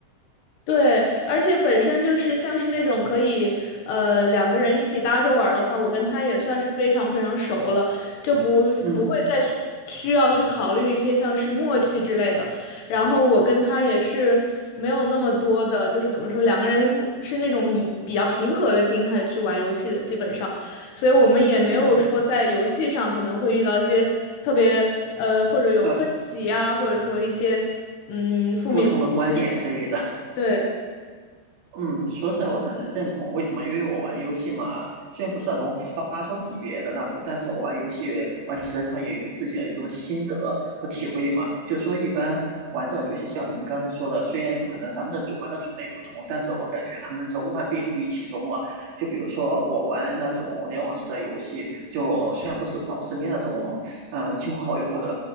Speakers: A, on the left; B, on the right.
A: 对，而且本身就是像是那种可以，呃，两个人一起搭着玩儿的话，我跟他也算是非常非常熟了，就不不会再需需要去考虑一些像是默契之类的。
B: 嗯
A: 然后我跟他也是没有那么多的，就是怎么说，两个人是那种以比较平和的心态去玩游戏的，基本上，所以我们也没有说在游戏上可能会遇到一些特别，
B: 嗯
A: 呃，或者有分歧啊，
B: 嗯，呃
A: 或者说一些，嗯，负面情绪，
B: 不同的观点之类的。
A: 对。
B: 嗯，说实在我很认同，为什么？因为我玩游戏嘛，虽然不是那种发烧级别的那种，但是我玩游戏玩时间长也有自己的一种心得和体会嘛。就是说，一般玩这种游戏，像您刚才说的，虽然可能咱们的种玩的种类不同，但是我感觉他们这无万变不离其中嘛。就比如说我玩那种联网式的游戏，就虽然不是找身边那种嗯、呃亲朋好友或者